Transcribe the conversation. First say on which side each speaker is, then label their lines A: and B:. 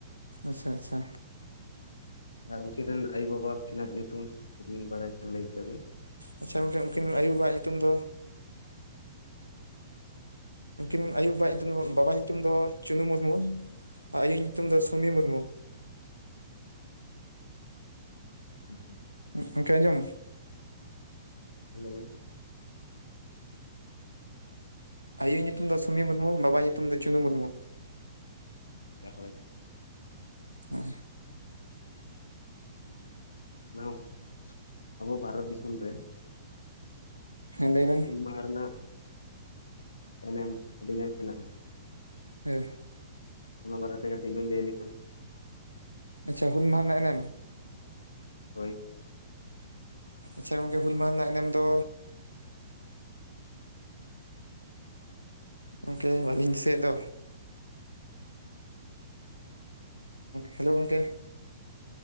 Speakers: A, on the left (about 85°); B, on the left (about 70°).
A: ᱟᱪᱪᱷᱟ ᱟᱪᱪᱷᱟ
B: ᱟᱨ ᱩᱝᱠᱤᱱ ᱨᱮᱱ ᱟᱭᱳᱼᱵᱟᱵᱟ ᱠᱤᱱᱟᱜ ᱧᱩᱛᱩᱢ ᱡᱩᱫᱤ ᱵᱤᱱ ᱵᱟᱲᱟᱭ ᱠᱷᱟᱱ ᱞᱟᱹᱭ ᱠᱮᱭᱟᱵᱤᱱ
A: ᱟᱪᱪᱷᱟ ᱜᱚᱢᱠᱮ ᱩᱱᱠᱤᱱ ᱟᱭᱳᱼᱵᱟᱵᱟ ᱣᱟᱜ ᱧᱩᱛᱩᱢ ᱫᱚ ᱩᱱᱠᱤᱱ ᱟᱭᱳᱼᱵᱟᱵᱟ ᱣᱟᱜ ᱧᱩᱛᱩᱢ ᱫᱚ, ᱵᱟᱵᱟ ᱟᱜ ᱧᱩᱛᱩᱢ ᱫᱚ ᱪᱩᱱᱩ ᱢᱩᱨᱢᱩ ᱟᱨ ᱟᱭᱳ ᱧᱩᱛᱩᱢ ᱫᱚ ᱥᱩᱢᱤ ᱢᱩᱨᱢᱩ
B: ᱦᱮᱞᱳᱣ ᱾
A: ᱜᱚᱢᱠᱮ ᱟᱡᱚᱢ?
B: ᱞᱮᱵᱤᱱ
A: ᱟᱭᱳ ᱧᱩᱛᱩᱢ ᱫᱚ ᱥᱩᱢᱤ ᱢᱩᱨᱢᱩ, ᱵᱟᱵᱟ ᱧᱩᱛᱩᱢ ᱫᱚ ᱪᱩᱱᱩ ᱢᱩᱨᱢᱩ
B: ᱟᱪᱪᱷᱟ ᱦᱳᱭ
A: ᱦᱳᱭ
B: ᱵᱟᱝ ᱟᱵᱚ ᱵᱷᱟᱨᱚᱛ ᱫᱤᱥᱚᱢ ᱨᱮ
A: ᱦᱮᱸ ᱞᱮᱭᱵᱮᱱ
B: ᱵᱟᱦᱟ ᱨᱮᱱᱟᱜ ᱮᱱᱮᱢ ᱟᱹᱰᱤ ᱜᱟᱱ ᱦᱮᱱᱟᱜᱼᱟ
A: ᱦᱮᱸ
B: ᱚᱱᱟ ᱵᱟᱨᱮᱛᱮ ᱠᱟᱹᱴᱤᱡ ᱵᱤᱱ ᱞᱟᱹᱭ ᱞᱮᱠᱷᱟᱱ
A: ᱟᱪᱪᱷᱟ ᱦᱩᱱ ᱟᱡᱟᱜ ᱨᱮᱱᱟᱜ ᱮᱱᱮᱢ?
B: ᱦᱳᱭ
A: ᱟᱪᱪᱷᱟ ᱜᱚᱝᱠᱮ ᱦᱩᱞ ᱢᱟᱦᱟ ᱨᱮᱱᱟᱜ ᱮᱱᱮᱢ ᱫᱚ ᱜᱚᱢᱠᱮ ᱵᱟᱹᱞᱤᱧ ᱫᱤᱥᱟᱹᱭᱮᱜ ᱫᱚ ᱦᱮᱞᱳ ᱜᱚᱝᱠᱮ